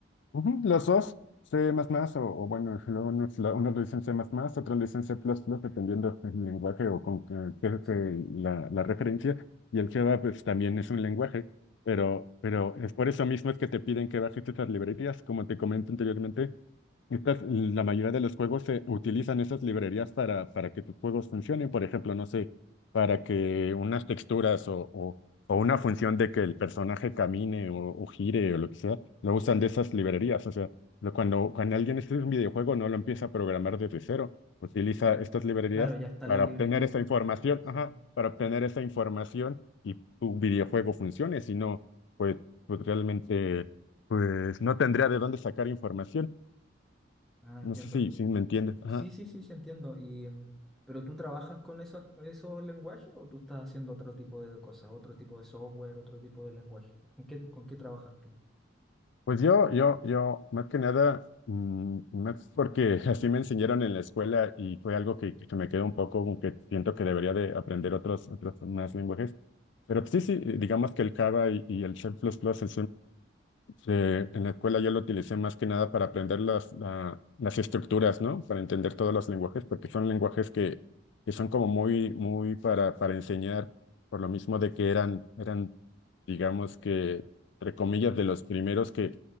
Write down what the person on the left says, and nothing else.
Ujú, Los dos, C++ o, o bueno, luego unos, la- unos lo dicen C++, otros le dicen C++, dependiendo del lenguaje o con que, que-
que la, la referencia. Y el Java pues también es un lenguaje, pero, pero es por eso mismo es que te piden que bajes esas librerías. Como te comento anteriormente, estas, la mayoría de los juegos se utilizan esas librerías para, para que tus juegos funcionen, por ejemplo, no sé, para que unas texturas o, o, o una función de que el personaje camine o, o gire o lo que sea, lo usan de esas librerías. O sea, lo- cuando, cuando alguien escribe un videojuego no lo empieza a programar desde cero, utiliza estas librerías
para
obtener esa
información,
ajá, para obtener esa información y tu videojuego funcione, si no, pues, pues realmente, pues no tendría de dónde sacar información.
No sé si, si me entiendes. Ajá.
Pues yo, yo, yo, más que nada, mm, más porque <laughs> así me enseñaron en la escuela y fue algo que, que me quedó un poco, aunque siento que debería de aprender otros, otros más lenguajes. Pero sí, sí, digamos que el Java y, y el C++, el C++, eh, en la escuela yo lo utilicé más que nada para aprender las, la- las estructuras, ¿no? Para entender todos los lenguajes, porque son lenguajes que, que son como muy, muy para, para enseñar, por lo mismo de que eran, eran digamos que, entre comillas, de los primeros que,